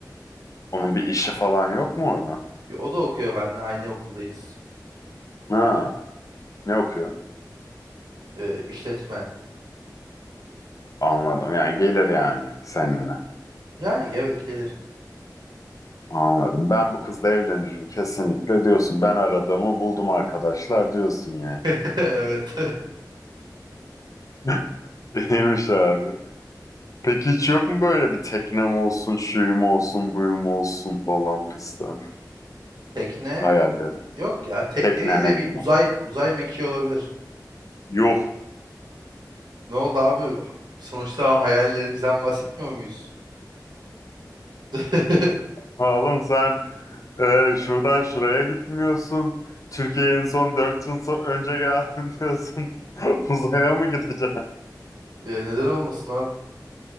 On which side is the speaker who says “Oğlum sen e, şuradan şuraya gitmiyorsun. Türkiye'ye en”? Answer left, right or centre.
Left